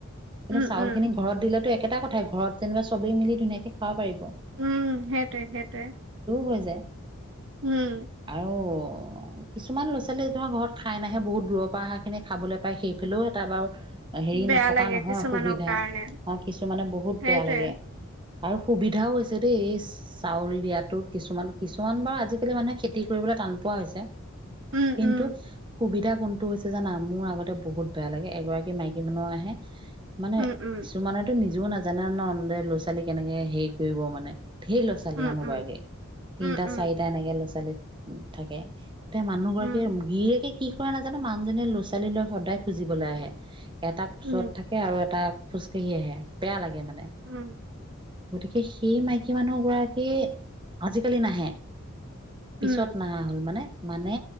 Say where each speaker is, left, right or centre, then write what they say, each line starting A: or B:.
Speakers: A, on the right; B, on the right.
A: কিন্তু
B: উম
A: চাউলখিনি
B: উম
A: ঘৰত দিলেতো একেট টা, কথাই ঘৰত যেনিবা চবেই মিলি ধুনীয়াকে খাব পাৰি
B: উম, সেইটোৱে, সেইটোৱে।
A: হৈ যায়
B: উম
A: আৰু কিছুমান ল লী, ধৰা ঘৰত খাই নাহে বহুত দূৰৰ পৰা অহাখিনি খাবলৈ পাই, সেইফালেও এটা বাৰু হেৰি
B: বেয়া
A: নথকা
B: লাগে
A: নহয়,
B: কিছুমানৰ
A: সুবিধা
B: কাৰণে
A: অ', কিছুমানে বহুত
B: সেইটোৱে
A: বেয়া লাগে। আৰু সুবিধাও হৈছে দেই এই চাউল দিয়াতো, কিছুমান, কিছুমান বাৰু আজিকালি মানুহে খেতি কৰিবলৈ টান পোৱা হৈছে।
B: উম
A: কিন্তু
B: উম
A: সুবিধা কোনটো হৈছে জানা, মোৰ আগতে বহুত বেয়া লাগে এগৰাকী মাইকী মানুহ আহে মানে
B: উম উম
A: কিছুমানেতো নিজ <unintelligible> নাজানে ন লৈ ছালি কেনেকে হেৰি কৰিব মানে। ঢেৰ ল' ছোৱালী
B: উম
A: মানুহগৰাকী
B: উম
A: তিনিটা
B: উম উম
A: চাৰিটা এনেকে ল'ৰা ছোৱালী। উ থাকে। এয়া মানুহ গৰাকীয়ে
B: উম
A: গিয়েকে কি, কৰে নাজানো মানুহজনীয়ে লুচুৱালি লৈ সদায় খুজিবলৈ আহে। এটা কোচত
B: উম
A: থাকে আৰু এটা খোজকাঢ়ি আহে বেয়া লাগে মানে।
B: উম,
A: গতিকে, সেই মাইকী মানুহগৰাকী আজিকালি নাহে।
B: উম
A: পিছত নাহা হ'ল মানে মানে